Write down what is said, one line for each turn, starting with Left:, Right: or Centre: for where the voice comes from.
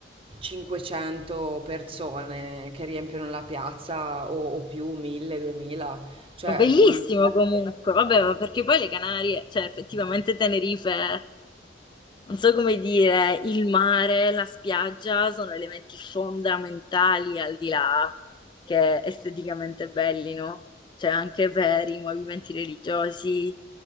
Right: 500 persone che riempiono la piazza o, o più, 1000, 2000. Cioè,
Left: Bellissimo
Right: le piazze-
Left: comunque, vabbè, ma perché poi le Canarie, cioè effettivamente Tenerife, non so come dire, il mare, la spiaggia sono elementi fondamentali al di là che esteticamente belli, no? Cioè anche per i movimenti religiosi